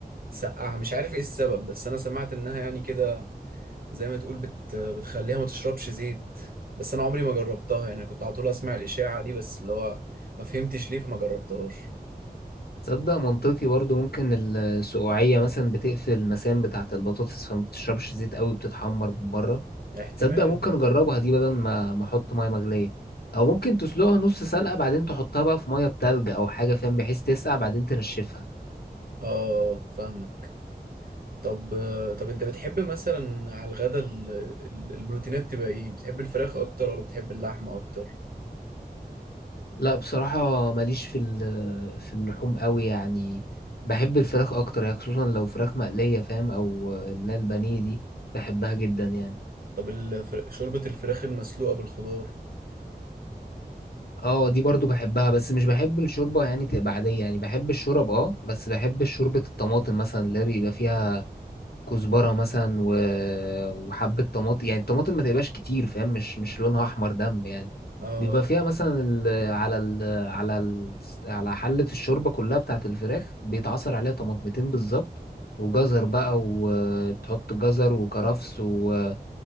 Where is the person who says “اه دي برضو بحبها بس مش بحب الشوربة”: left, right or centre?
Left